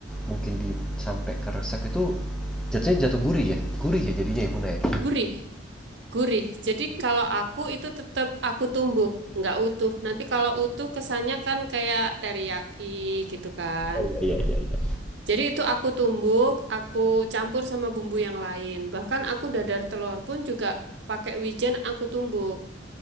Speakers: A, in the centre; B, on the right (about 70°).
A: mungkin di sampai keresek itu Jatuhnya jatuh gurih ya? Gurih ya jadinya ya Muna ya?
B: gurih. Gurih. Jadi kalau aku itu tetap aku tumbuk, nggak utuh. Nanti kalau utuh kesannya kan kayak teriyaki gitu kan.
A: Oh, iya iya iya.
B: Jadi itu aku tumbuk, aku campur sama bumbu yang lain. Bahkan aku dadar telur pun juga pakai wijen aku tumbuk.